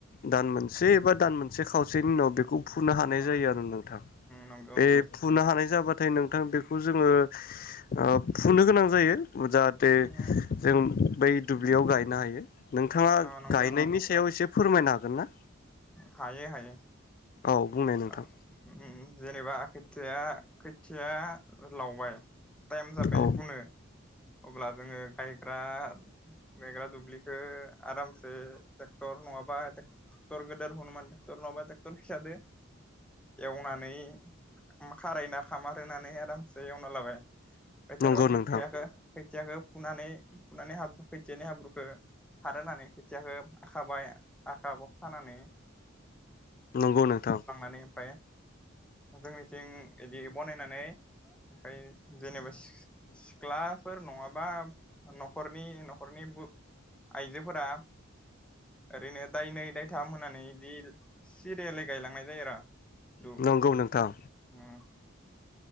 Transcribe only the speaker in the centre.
अ
नंगौ
अ
नंगौ
हायो हायो ।
औ उम जेनेबा खोथिया खोथिया लावबाय टाइम जाबाय
फुनो अब्ला जोङो गायग्रा गायग्रा दुब्लि खो आरामसे ट्रेक्टर नङाबा ट्रेक्टर गेदेर हुनोमान ट्रेक्टर नङाब ट्रेक्टर फिसादो एवनानै खारायना खामार होनानै आराम दा एवना लाबाय दा
जेनेबा खोथियाखो
खोथियाखौ फुनानै फुनानै हाब खोथियानि हाब्रुखौ खार होनानै खोथियाखौ खाबाय आखाखौ खानानै
नै उमफ्राय जोंनिथिं बिदि बनायनानै ओमफ्राय जेनेबा सिख्लाफोर नङाबा न'खरनि न'खरनि आइजोफोरा ओरैनो दायनै दायथाम होनानै बिदि सिरियेलै गायलांनाय जायो आरो दु उम